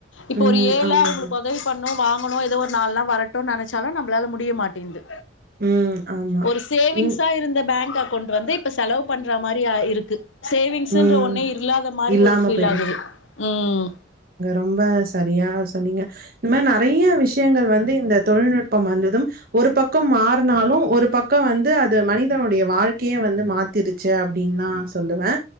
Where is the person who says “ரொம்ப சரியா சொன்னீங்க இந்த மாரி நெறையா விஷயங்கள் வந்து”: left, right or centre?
Right